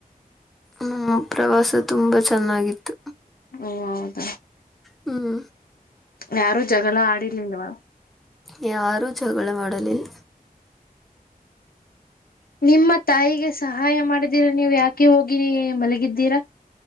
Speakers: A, in the centre; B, on the left (about 75°).
A: ಹ್ಮ್ ಪ್ರವಾಸ ತುಂಬಾ ಚೆನ್ನಾಗಿತ್ತು.
B: ಓ ಹೌದಾ
A: ಹ್ಮ್
B: ಯಾರು ಜಗಳ ಆಡಿರ್ಲಲ್ವಾ
A: ಈ ಯಾರೂ ಜಗಳ ಮಾಡಲಿಲ್ಲ.
B: ನಿಮ್ಮ ತಾಯಿಗೆ ಸಹಾಯ ಮಾಡಿದೀರ ನೀವು ಯಾಕೆ ಹೋಗಿನ ಮಲಗಿದ್ದೀರಾ.